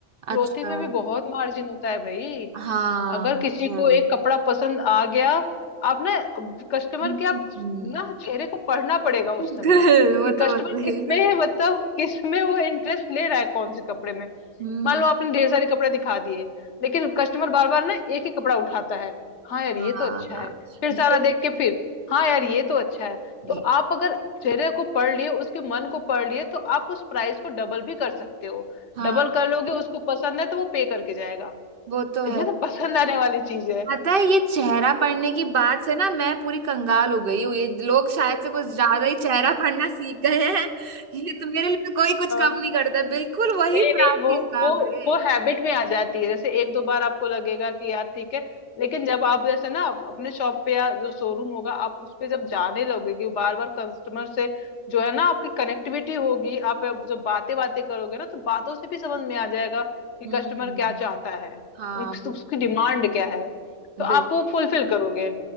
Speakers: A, on the left; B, on the right.
A: क्लोथिंग
B: अच्छा
A: में भी बहुत मार्जिन होता है भाई
B: हाँ
A: अगर किसी
B: हाँ
A: को एक कपड़ा पसंद आ गया आप ना कस्टमर
B: <laughs>
A: के आप
B: हम्म,
A: ना चेहरे को पढ़ना पड़ेगा उस समय
B: वो
A: कि
B: तो
A: कस्टमर
B: होता ही
A: किस
B: है
A: में है मतलब किस में वो इंटरेस्ट ले रहा है कौन से कपड़े में
B: हम्म
A: मान लो आपने ढेर सारे कपड़े दिखा दिए लेकिन कस्टमर बार बार ना एक ही कपड़ा उठाता है हाँ यार
B: हाँ
A: ये तो अच्छा है फिर
B: ये,
A: सारा देख के फिर हाँ यार ये तो अच्छा है
B: ये-
A: तो आप अगर चेहरे को पढ़ लिए उसके मन को पढ़ लिए तो आप उस प्राइस को डबल भी कर सकते हो
B: हाँ
A: डबल कर लोगे उसको पसंद है तो वो पे करके जाएगा
B: वो तो
A: ये भी
B: है
A: तो पसंद आने वाली चीज है
B: पता है ये चेहरा पढ़ने की बात से ना मैं पूरी कंगाल हो गई हूँ ये लोग शायद से कुछ ज्यादा ही चेहरा पढ़ना सीख गए हैं <laughs> ये तो मेरे लिए तो कोई कुछ कम
A: <laughs>
B: नहीं करता बिल्कुल वही
A: नहीं
B: प्राप्ति
A: नहीं वो
B: हिसाब
A: वो
B: रे
A: वो हैबिट में आ जाती है जैसे एक दो बार आपको लगेगा कि यार ठीक है लेकिन जब आप जैसे ना आप अपने शॉप पे या जो शोरूम होगा आप उस पे जब जाने लगोगे बार बार कस्टमर से जो है ना आपकी कनेक्टिविटी होगी आप अब जब बातें बातें करोगे ना तो बातों से भी समझ में आ जाएगा कि
B: हम्म
A: कस्टमर क्या चाहता है
B: हाँ
A: उस-
B: वो
A: उसकी
B: तो
A: डिमांड क्या है तो आप
B: है।
A: वो फुलफिल करोगे